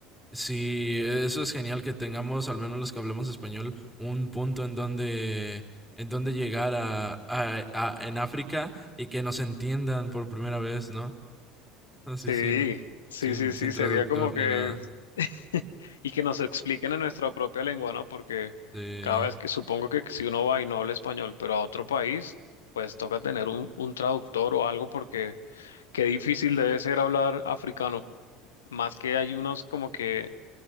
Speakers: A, in the centre; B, on the left (about 75°).
A: sí, eso es genial que tengamos, al menos los que hablamos español, un punto en donde, en donde llegar a, a- a- en África y que nos entiendan por primera vez, ¿no? Así
B: Sí,
A: sin,
B: sí,
A: sin,
B: sí, sí,
A: sin
B: sería
A: traductor
B: como que...
A: ni nada.
B: <laughs> Y que nos expliquen en nuestra propia lengua, ¿no? Porque
A: Sí,
B: cada vez que supongo que si uno va y no habla español, pero a otro país, pues toca tener un, un traductor o algo porque qué difícil debe ser hablar africano. Más que hay unos como que